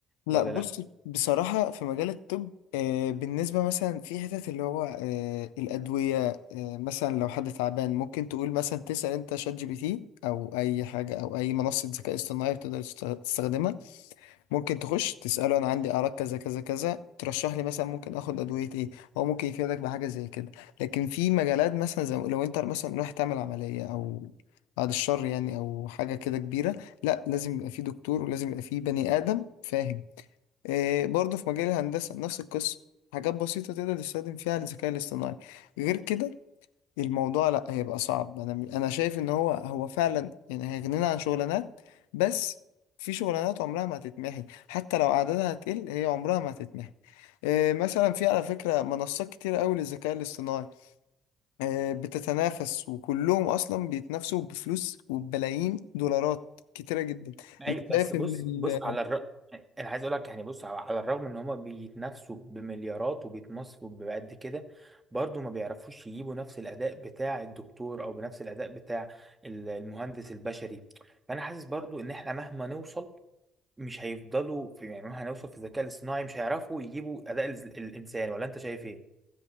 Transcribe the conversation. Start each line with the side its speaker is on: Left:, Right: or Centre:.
Left: لا
Right: ولا
Left: بص
Right: لا
Left: بصراحة في مجال الطب آه بالنسبة مثلا في حتت اللي هو آه الأدوية آه مثلا لو حد تعبان ممكن تقول مثلا تسأل أنت شات جي بي تي أو أي حاجة أو أي منصة ذكاء اصطناعي بتقدر تست- تستخدمها ممكن تخش تسأله أنا عندي أعراض كذا كذا كذا ترشح لي مثلا ممكن آخد أدوية إيه هو ممكن يفيدك بحاجة زي كده لكن في مجالات مثلا زي لو أنت مثلا رايح تعمل عملية أو بعد الشر يعني أو حاجة كده كبيرة لا لازم يبقى في دكتور ولازم يبقى في بني آدم فاهم إيه برضه في مجال الهندسة نفس القصة حاجات بسيطة تقدر تستخدم فيها الذكاء الاصطناعي غير كده الموضوع لا هيبقى صعب انا انا شايف ان هو هو فعلا يعني هيغنينا عن شغلانات بس في شغلانات عمرها ما هتتمحي حتى لو عددها هتقل هي عمرها ما هتتمحي إيه مثلا في على فكرة منصات كتير قوي للذكاء الاصطناعي إيه بتتنافس وكلهم اصلا بيتنافسوا بفلوس وبملايين دولارات كتيرة جدا
Right: أي
Left: انت
Right: بس
Left: شايف
Right: بص
Left: ان
Right: بص على الر... انا عايز اقول لك يعني بص على على الرغم ان هما بيتنافسوا بمليارات وبيتمصفوا بقد كده برضو ما بيعرفوش يجيبوا نفس الاداء بتاع الدكتور او بنفس الاداء بتاع ال- المهندس البشري فانا حاسس برضو ان احنا مهما نوصل مش هيفضلوا في يعني مهما هنوصل في الذكاء الاصطناعي مش هيعرفوا يجيبوا اداء الز- الانسان ولا انت شايف ايه